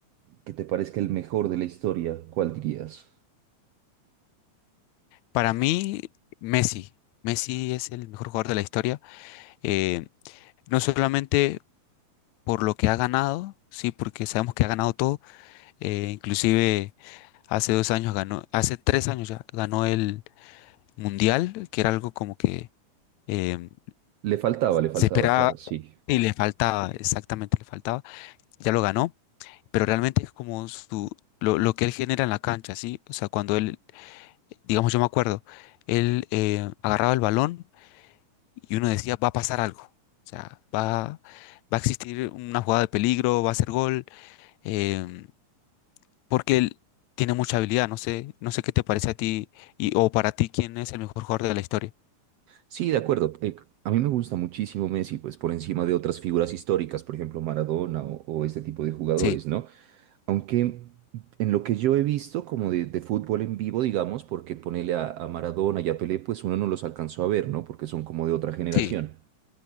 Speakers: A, on the right; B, on the left.
A: que te parezca el mejor de la historia, ¿cuál dirías?
B: para mí Messi, Messi es el mejor jugador de la historia, eh, no solamente por lo que ha ganado, sí, porque sabemos que ha ganado todo, eh, inclusive hace dos años ganó, hace tres años ya ganó mundial, que era algo como que em,
A: Le faltaba, le
B: se
A: faltaba,
B: esperaba
A: claro, sí.
B: y le faltaba, exactamente le faltaba, ya lo ganó, pero realmente es como su, lo, lo que él genera en la cancha, ¿sí? O sea, cuando él, digamos, yo me acuerdo, él eh, agarraba el balón y uno decía, va a pasar algo, o sea, va, va a existir una jugada de peligro, va a ser gol, em, porque él tiene mucha habilidad, no sé, no sé qué te parece a ti y, o para ti quién es el mejor jugador de la historia.
A: Sí, de acuerdo. Eh, a mí me gusta muchísimo Messi, pues por encima de otras figuras históricas, por ejemplo Maradona o, o este tipo de jugadores,
B: Sí,
A: ¿no? Aunque en lo que yo he visto como de, de fútbol en vivo, digamos, porque ponele a, a Maradona y a Pelé, pues uno no los alcanzó a ver, ¿no? Porque son como de otra generación.
B: sí,